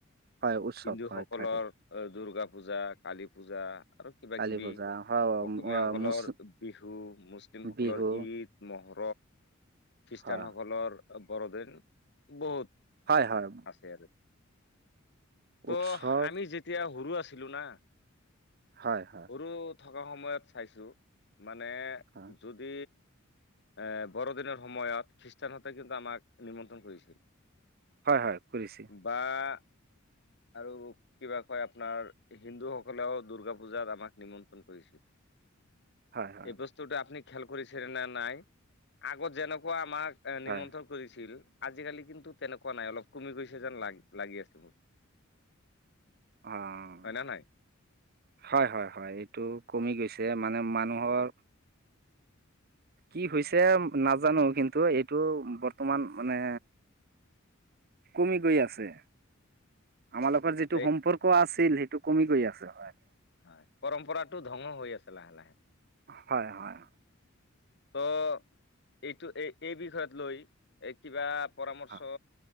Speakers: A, on the right; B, on the left.
A: হয় উৎসৱ
B: হিন্দু
A: হয়
B: সকলৰ
A: থাকে
B: দূৰ্গা পূজা, কালী পূজা। আৰু কিবা
A: কালী
B: কিবি
A: পূজা হয়
B: অসমীয়াসকলৰ
A: মুছ
B: বিহু মুছলিমসকলৰ
A: বিহু
B: ঈদ মহ খ্ৰীষ্টানসকলৰ
A: হয়
B: বৰদিন বহুত
A: হয় হয়
B: আছে আৰু। ত'
A: উৎসৱ
B: আমি যেতিয়া সৰু আছিলো না!
A: হয় হয়।
B: সৰু থকা সময়ত চাইছোঁ, মানে
A: হয়।
B: যদি এ বৰদিনৰ সময়ত খ্ৰীষ্টানহঁতে কিন্তু আমাক নিমন্ত্ৰণ কৰিছিল।
A: হয় হয় কৰিছে।
B: বা <inaudible> আৰু কিবা কয় আপোনাৰ হিন্দুসকলেও দুৰ্গা পূজাত আমাক নিমন্ত্ৰণ কৰিছিল।
A: হয়, হয়,
B: এই বস্তুটো আপুনি খেয়েল কৰিছেনে নাই? আগত যেনেকুৱা আমাক এ
A: হয়।
B: নিমন্ত্ৰণ কৰিছিল। আজিকালি কিন্তু তেনেকুৱা নাই অলপ কমি গৈছে যেন লাগ লাগি আছে মোৰ।
A: অ',
B: হয় না নাই
A: হয় হয় হয়, এইটো কমি গৈছে। মানে, মানুহৰ কি হৈছে নাজানো। কিন্তু এইটো, বৰ্তমান মানে কমি গৈ আছে। আমাৰ লোকৰ যিটো
B: এই
A: সম্পৰ্ক আছিল সেইটো কমি গৈ আছে, হয়।
B: হয় পৰম্পৰাটো ধ্বংঅ হৈ আছে লাহে লাহে।
A: হয়, হয়।
B: ত' এইটো এই এই বিষয়ত লৈ এ কিবা পৰামৰ্শ
A: হয়,